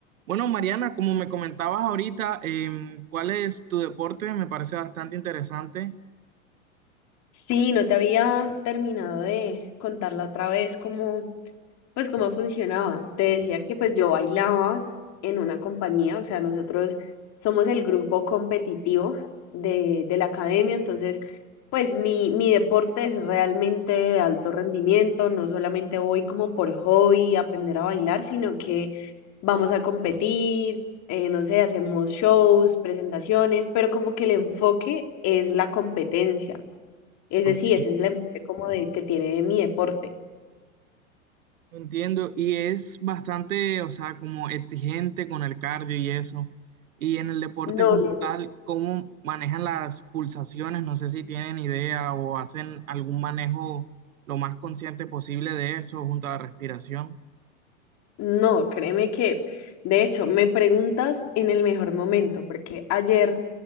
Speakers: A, on the right; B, on the left.
A: Bueno, Mariana, como me comentabas ahorita, em, ¿cuál es tu deporte? Me parece bastante interesante.
B: Sí, no te había terminado de contarla otra vez cómo, pues cómo funcionaba. Te decía que pues yo bailaba en una compañía, o sea, nosotros somos el grupo competitivo de, de la academia, entonces pues mi, mi deporte es realmente de alto rendimiento, no solamente voy como por hobby a aprender a bailar, sino que vamos a competir, eh, no sé, hacemos shows, presentaciones, pero como que el enfoque es la competencia. Ese
A: Ok.
B: sí, ese es el empuje como de, que tiene de mi deporte.
A: Entiendo, y es bastante, o sea, como exigente con el cardio y eso. Y en el deporte
B: No,
A: como
B: no, no.
A: tal, ¿cómo manejan las pulsaciones? No sé si tienen idea o hacen algún manejo lo más consciente posible de eso junto a la respiración.
B: No, créeme que, de hecho, me preguntas en el mejor momento, porque ayer,